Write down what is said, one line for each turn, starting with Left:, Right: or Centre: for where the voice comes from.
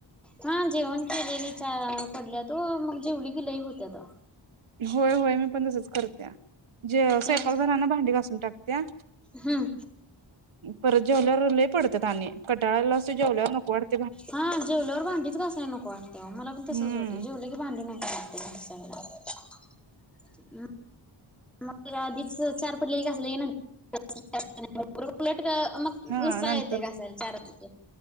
Centre: हां जेवण केलेलीच्या पडल्यात ओ, मग जेवली की लाई होत्यात अवो.
Right: होय होय मीब पण तसंच करत्या, जेव
Centre: जेवण
Right: स्वयंपाक झालाना भांडी घासून टाकत्या.
Centre: हम्म
Right: परत जेवल्यावर लय पडत्यात आणि, कटाळा आलेला असतो, जेवल्यावर नको वाटत.
Centre: हा जेवल्यावर भांडीच घासाय नको वाटतेय अवो. मला पण तसंच
Right: हम्म
Centre: होतंय, जेवलं की भांडी नको वाटते. घासायला <unintelligible> तर आधीच चार पडलेली घासयला येईना <unintelligible> उलट मग
Right: हा
Centre: घुस्सा
Right: नंतर
Centre: येते घासायला चारच की.